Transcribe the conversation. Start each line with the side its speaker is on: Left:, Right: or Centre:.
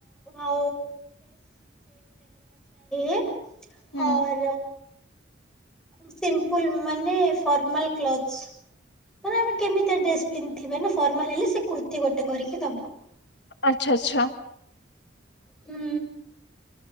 Centre: ଆଉ <unintelligible>
Left: ହୁଁ
Centre: ସିମ୍ପୁଲ ମାନେ ଫର୍ମାଲ କ୍ଲଥଶ୍। ଧର ଆମେ କେମିତିଆ ଡ୍ରେସ ପିନ୍ଧିବା ନା ଫର୍ମାଲ ହେଲେ ସେ କୁର୍ତୀ ଗୋଟେ କରିକି ଦବ
Left: ଆଚ୍ଛା ଆଚ୍ଛା।
Centre: ହୁଁ।